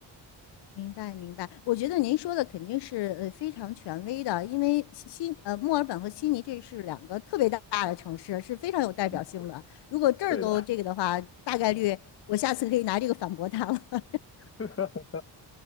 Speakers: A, on the left (about 70°); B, on the left (about 30°).
A: 明白，明白。我觉得您说的肯定是呃非常权威的，因为悉悉呃墨尔本和悉尼这是两个特别大的城市，是非常有代表性的。
B: 嗯，
A: 如果这儿都这个的话，
B: 对的。
A: 大概率我下次可以拿这个反驳他了。<laughs>
B: <laughs>